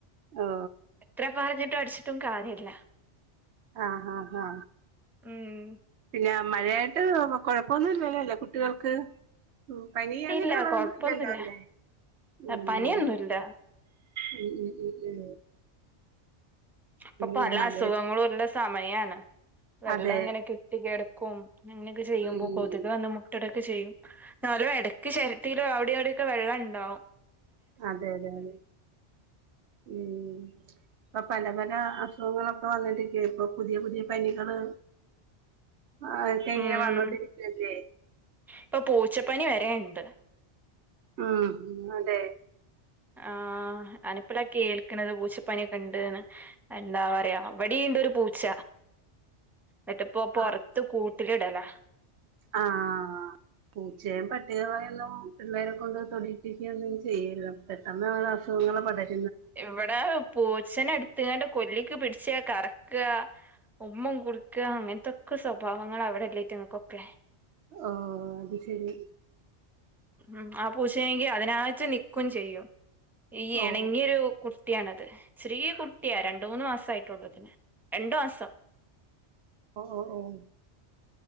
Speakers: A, on the right; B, in the centre.
A: ഓ
B: എത്ര പർഞ്ഞിട്ടും അട്ച്ചിട്ടും കാര്യല്ല
A: ആ ആ ആ
B: ഉം
A: പിന്നെ മഴയായിട്ട് കൊഴപ്പൊന്നുല്ലല്ലോല്ലേ കുട്ടികൾക്ക് ഉം പനി അങ്ങനൊയുള്ളതൊന്നും
B: ഇല്ല കൊഴപ്പൊന്നുല്ല
A: ഇല്ലല്ലോ അല്ലേ ഉം
B: പനിയൊന്നുല്ല
A: ഉം ഉം ഉ
B: പ്പ പ്പല
A: ഈ മഴ
B: അസുഖങ്ങളൂല്ല സ് മയാണ് വെള്ളം
A: അതെ
B: ഇങ്ങനെ കെട്ടി കെടക്കും അങ്ങനൊക്കെ ചെയ്യുമ്പോ
A: ഉം
B: കൊതുക് മുട്ടട കെ ചെയ്യും ന്നാലും എടക്ക് ചെരട്ടീലും അവിടിവാട്യൊക്കെ വെള്ളണ്ടാവും
A: അതെ അതെ അതെ ഉം ഇപ്പ പല പല അസുഖങ്ങളൊക്കെ വന്നിട്ടിരിക്ക ഇപ്പൊ പുതിയ പുതിയ പനികള് ആഹ് ക്കെങ്ങനെ
B: ഉം
A: വന്നോണ്ട് ഇരിക്കല്ലേ
B: ഇപ്പൊ പൂച്ചപ്പനി വരേണ്ട്
A: ഉം അതേ
B: ആഹ് അനപ്പ്ലാ കേൾക്ക്ണത് പൂച്ച പനിയൊക്കെണ്ടീന്ന്. എന്താ പറയാ ഇവ്ടേണ്ടൊരു പൂച്ച ന്ന്ട്ട്പ്പ പൊറത്ത്
A: ആഹ്
B: കൂട്ടില് ഇടല
A: ആഹ് പൂച്ചേം പട്ടികളെയൊന്നും പിള്ളേരെ കൊണ്ട് തൊടീപ്പിക്കൊന്നും ചെയ്യില്ല. പെട്ടെന്നാണ് അസുഖങ്ങള് പടര്
B: ഇവിടേ പൂച്ചനെ ഐടിത്താണ്ട് കൊല്ലിക്ക് പിടിച്ച കറക്ക ഉമ്മം കൊട്ക്ക അങ്ങനൻത്തൊക്കെ സ്വഭാവങ്ങള ഇവിടല്ലെയ്റ്റങ്ങകൊക്കെ
A: ഓഹ് അത് ശരി
B: ഉം ആ പൂച്ചേണെങ്കി അതിനായിട്ട് നിക്കും ചെയ്യും ഈ
A: ഓ
B: എണങ്ങ്യൊരു കു ട്ട്യാണത് ചെറീ കുട്ട്യാ രണ്ട് മൂന്ന് മാസ്സായിട്ടൊള്ളു അതിന് രണ്ട് മാസം
A: ഒ ഒ ഓഹ്